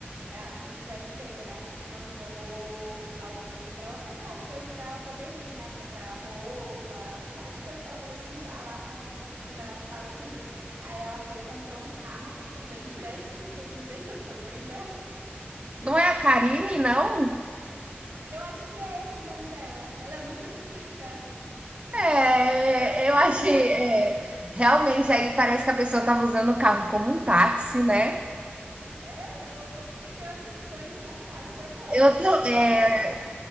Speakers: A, on the right; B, on the right.
A: é, o cartão de crédito dele, né? Mandou algum para ela comprar as coisas para ela poder ir, né? Comprar roupa, várias coisas para ela poder se mudar lá para ele morar nos Estados Unidos. Aí ela foi e comprou um carro no cartão de crédito dele e deixou para mãe dela.
B: Não é a Karine, não?
A: Eu acho que é esse o nome dela. Ela é muito bonita
B: É,
A: e ela é do Pará.
B: eu achei, é, realmente aí parece que a pessoa tava usando o carro como um táxi, né?
A: É um negócio assim que eu achei tão engraçado. Eu falei assim, é,
B: Eu,
A: eu-
B: tô-
A: é engraçado,
B: é,